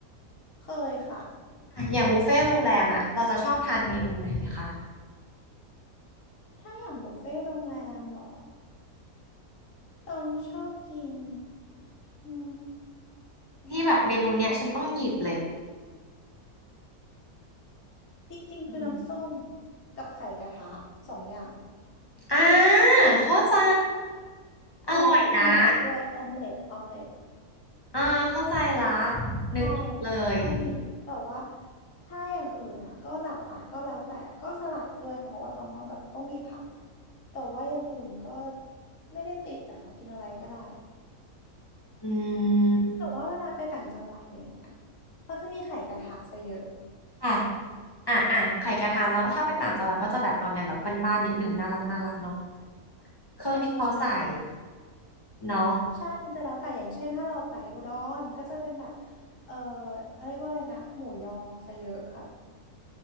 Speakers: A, on the left; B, on the left.
A: เคยค่ะ
B: อะอย่างบุฟเฟ่ต์โรงแรมอ่ะเราจะชอบทานเมนูไหนคะ
A: ถ้าอย่างบุฟเฟ่ต์โรงแรมเหรอ ตองชอบกินอื
B: ที่แบบเมนูเนี้ยฉันต้องหยิบเลย
A: มจริงๆ
B: อืม
A: คือน้ำส้มกับไข่กระทะสองอย่าง
B: อ่าเข้าใจ
A: เอ๋อออมเล็ตด้วยออมเล็ตออมเล็ต
B: อร่อยนะอ่าเข้าใจละนึกออกเลย
A: ใช่เท่านี้แต่ว่าถ้าอย่างอื่นอ่ะก็หลากหลายก็แล้วแต่ก็สลัดด้วยค่ะเพราะว่าตองก็แบบต้องมีผักอ่ะแต่ว่าอย่างอื่นก็ไม่ได้ติดอะค่ะกินอะไรก็ได้
B: อืม
A: แต่ว่าเวลาไปต่างจังหวัดอะไรอย่างเงี้ยเขาจะมีไข่กระทะซะเยอะ
B: ค่ะอ่ะอ่ะไข่กระทานแล้วถ้าเป็นต่างจังหวัดก็จะแบบเอาแนวแบบบ้านๆนิดหนึ่งน่ารักน่ารักเนาะเครื่องที่เขาใส่
A: ใช่ใช่ใช่
B: เนาะ
A: ใช่มันจะแล้วแต่อย่างเช่น ถ้าเราไปอุดรก็จะเป็นแบบเอ่ออะไรเรียกว่าอะไรนะหมูยอซะเยอะค่ะ